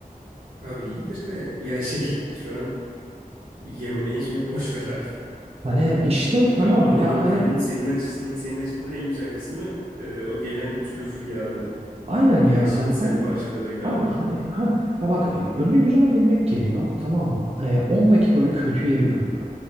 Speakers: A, on the right (about 65°); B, on the right (about 40°).
A: Abi iyidir de ya şey şu an yemeği şimdi boş ver abi.
B: Hani işte
A: Şimdi
B: tamam
A: tamam anladım
B: ya hani
A: günün senin açısın senin açından en güzel kısmı e, o gelen trüf yağlı
B: Aynen yani
A: e, şinitsel
B: hani tamam
A: parçalarıydı
B: mı? Abi
A: ama
B: hani ha ya bak e, önüne güzel bir yemek geliyor tamam mı? E, ondaki böyle kötü yeri görüyor.